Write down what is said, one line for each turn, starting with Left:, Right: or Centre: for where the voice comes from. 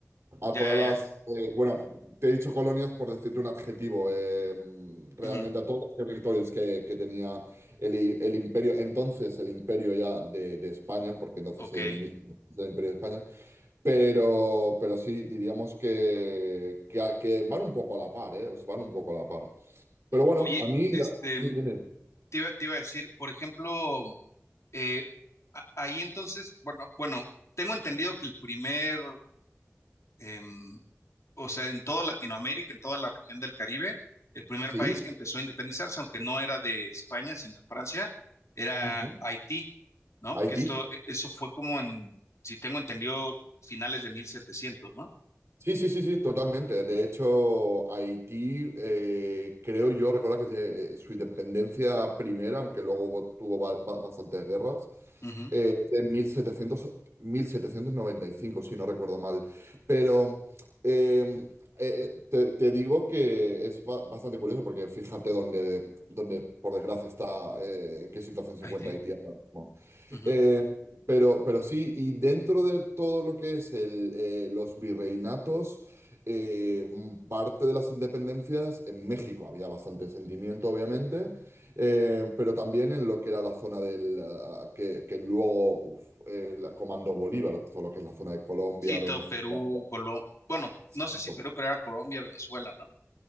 Right: A
Left: ya,
Right: todas
Left: ya,
Right: las,
Left: ya.
Right: eh, bueno, te he dicho colonias por decirte un adjetivo, eh, realmente
Left: Ujú,
Right: a todos los territorios que, que tenía el, i- el imperio, entonces el imperio ya de, de España, porque entonces
Left: Ok.
Right: en 1500 el imperio de España, pero, pero sí, diríamos que, que, a- que van un poco a la par, eh, os van un poco a la par. Pero bueno,
Left: Oye,
Right: a mí,
Left: este,
Right: dime, dime.
Left: te iba, te iba a decir, por ejemplo, eh, a- ahí entonces, bueno, bueno, tengo entendido que el primer, em, o sea, en toda Latinoamérica, en toda la región del Caribe, el primer
Right: Sí,
Left: país que empezó a independizarse, aunque no era de España, sino de Francia, era
Right: ujú.
Left: Haití, ¿no?
Right: Haití.
Left: Que esto, e- eso fue como en, si tengo entendido, finales de mil setecientos, ¿no?
Right: Sí, sí, sí, sí, totalmente. De hecho, Haití, eh, creo yo recordar que tiene, eh, su independencia primera, aunque luego hubo- tuvo ba- ba- bastantes guerras,
Left: Ujú,
Right: eh, de mil setecientos, mil setecientos noventa y cinco si no recuerdo mal. Pero eh, eh, te, te digo que es ba- bastante curioso porque fíjate dónde, dónde, por desgracia, está, eh, en qué situación se
Left: Haití.
Right: encuentra Haití ahora mismo.
Left: ujú.
Right: Eh, pero, pero sí, y dentro de todo lo que es el, eh, los virreinatos, eh, mm, parte de las independencias en México había bastante sentimiento, obviamente, eh, pero también en lo que era la zona del, ah, que, que luego uf, eh, la comandó Bolívar, todo lo que es la zona de Colombia,
Left: Sí,
Right: Venezuela.
Left: todo Perú, Colombia, bueno,
Right: Exacto.
Left: no sé si Perú, pero era Colombia, Venezuela, ¿no?